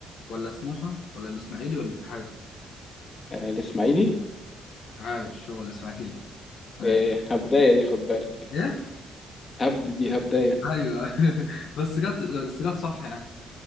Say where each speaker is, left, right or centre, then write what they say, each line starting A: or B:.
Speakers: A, on the left; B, on the left.
A: ولا سموحه ولا الاسماعيلي ولا الاتحاد
B: آه الإسماعيلي
A: عاش هو الاسماعيلي <laughs> ماشي.
B: آه هبداية دي خد بالك
A: ايه
B: هبد دي هبداية
A: ايوه <laughs> بس جت بس جت صح يعني